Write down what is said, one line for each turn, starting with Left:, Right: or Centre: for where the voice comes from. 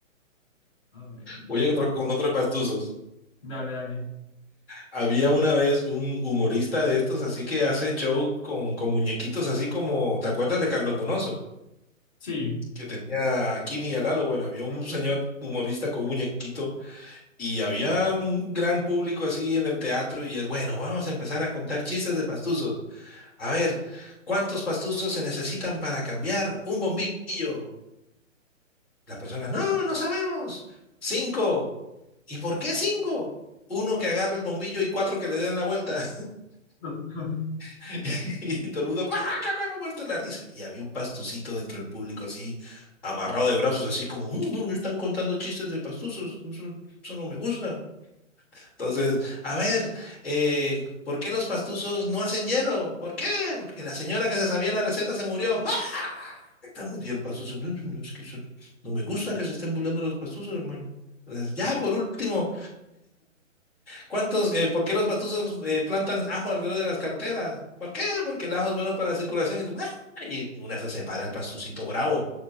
Left: A ver,
Centre: Oye,
Left: con-
Centre: con otro de pastuzos.
Left: dale, dale.
Centre: Había una vez un humorista de estos, así que hace show con, con muñequitos, así como, ¿te acuerdas de Carlos Donoso?
Left: Sí.
Centre: Que tenía a Kini y a Lalo. Bueno, había un señor humorista con un muñequito y había un gran público así en el teatro y él, bueno, vamos a empezar a contar chistes de pastuzos. A ver, ¿cuántos pastuzos se necesitan para cambiar un bombillo? La persona, no, no sabemos. Cinco. ¿Y por qué cinco? Uno que agarre el bombillo y cuatro que le den la vuelta.
Left: <laughs>
Centre: <laughs> Y todo el mundo, ¡cuac, cuac, cuac! muerto de la risa. Y había un pastucito dentro del público así, amarrado de brazos, así como, "Mm, mm, me están contando chistes de pastuzos, eso, eso no me gusta. Entonces, a ver, eh, ¿por qué los pastuzos no hacen hielo? ¿Por qué? Porque la señora que se sabía la receta se murió. ¡Ah! Todo el mundo, Y el pastuzo, no, no, no, es que eso- no me gusta que se estén burlando los pastuzos, hermano. Entonces, ya, por último, ¿Cuántos, eh, por qué los patuzos eh, plantan ajo alrededor de las carreteras? ¿Por qué? Porque el ajo es bueno para la circulación. Y, tú, ¡ah! y una se separa el pastucito bravo.